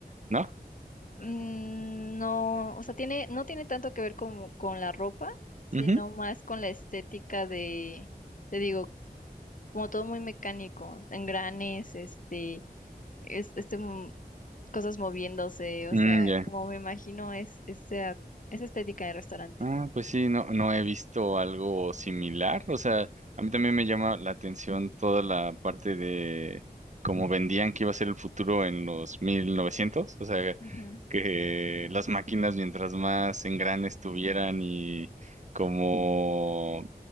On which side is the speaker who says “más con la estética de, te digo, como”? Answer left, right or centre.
Left